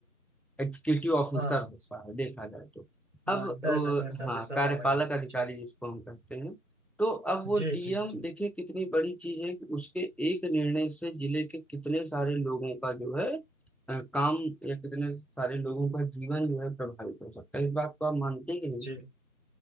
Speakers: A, in the centre; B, on the right.
A: एग्जीक्यूटिव ऑफिसर
B: हाँ
A: होता है देखा जाए तो अब
B: हाँ
A: अ,
B: कह सकते हैं सर्वे
A: हाँ
B: सर्वा
A: कार्यपालक
B: भाई है।
A: अधिकारी
B: जी
A: जिसको हम कहते हैं तो अब वो
B: जी
A: डीएम
B: जी जी
A: देखिए कितनी बड़ी चीज है कि उसके एक निर्णय से जिले के कितने सारे लोगों का जो है अ, काम या कितने सारे लोगों का जीवन जो है प्रभावित हो सकता है इस बात को आप मानते हैं कि नहीं
B: जी